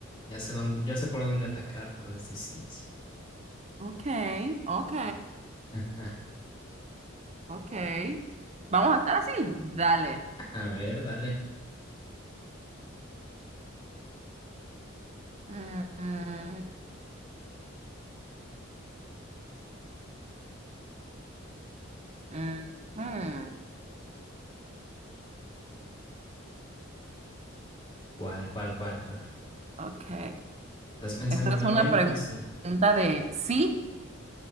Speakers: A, on the left; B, on the right.
A: Ya sé dónde, ya sé por dónde atacar por las de ciencia.
B: ok, ok,
A: <laughs>
B: ok. Vamos a estar así. Dale.
A: A ver, dale.
B: Mm, mm, mm, mm.
A: ¿Cuál, cuál, cuál, cuál?
B: Ok.
A: Estás pensando
B: Esta es
A: una
B: una
A: bien difícil.
B: pregunta de sí